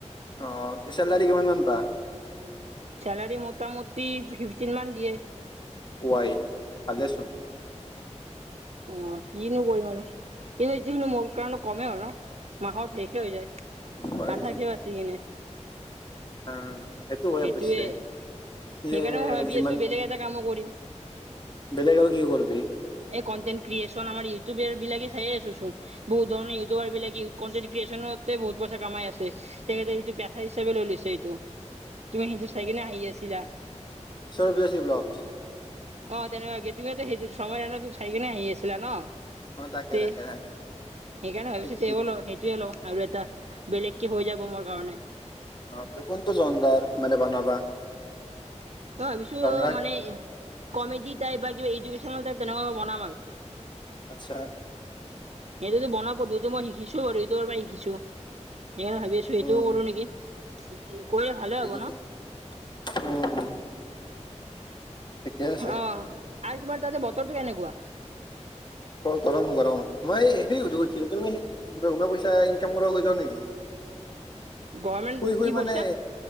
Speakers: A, on the left; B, on the right.
A: অ', চেলাৰী কিমানমানান পা
B: চেলাৰী মোটামুটি ফিফটিন মান দিয়ে।
A: ওআই ভালে চোন।
B: অ', কিনো কৰিম আৰু কিন্তু ইটোখিনু মোৰ কাৰণে কমেই হয় ন মাহত শেষে হৈ যায়।
A: ৱাই
B: নাথাকে আছি কিনে
A: অ', সেইটো হয়
B: সেইটোৱে
A: অৱশ্যে। যে
B: সেইকাৰণে মই ভাবি
A: যিমান
B: আছোঁ বেলেগ এটা কামো কৰিম।
A: বেলেগ আৰু কি কৰবি।
B: এই কন্টেনক্ৰিয়েচন আমাৰ ইউটিউবৰ বিলাকে চাই আছে চোন বহুত ধৰন ইউটিউবাৰ বিলাকে কনটেট ক্ৰিয়েচনট তাতে বহত পইচা কামাই আছে। তেখেতে সেইটো পেচা হিচাপে লৈ লৈছ এইটো তুমি সেইটো চাইকেনি হাহি আছিলা।
A: সৌৰৱজশী ব্লক
B: অ', তেনেকুৱা গটুঙো সেই সময় চাই কিনে আহি আছিলা ন
A: অ তাকে
B: তে
A: তাকে তাকে
B: সেইকাৰণে ভাবিছো
A: ঠিক
B: তে
A: ঠিক
B: ল সেইটোয়ে লওঁ আৰু এটা বেলেগকে হৈ যাব মোৰ কাৰণে।
A: <unintelligible> কোনটো <unintelligible> মানে বনাবা
B: ত' ভাবিছো
A: জনৰাত
B: মানে কমেডি টাইপ বা কিবা এডুকেশ্যনল টাইপ তেনেকা বনাম আৰু
A: আচ্ছা।
B: সেইটোতো বনো পধুটো মই শিকিছো বাৰু ইউটোৰ পৰা শিকিছোঁ। স ভাবি আছো সেইটোও
A: উম,
B: কৰো নেকি কৰিলে ভালে
A: ঠিক
B: হ'ব
A: আছে
B: ন।
A: <unintelligible> ঠিকে আছে
B: অ, আৰু তোমাৰ তাতে বতৰটো কেনেকুৱা?
A: অ, গৰম, গৰম মই সে, সুধিছিলো তুমি বহুমীয়া পইচা ইনকাম কৰা হৈ যোৱা নেকি?
B: <inaudible> গভৰ্ণমেণ্ট
A: শুই, শুই,
B: কি পইচা
A: মানে,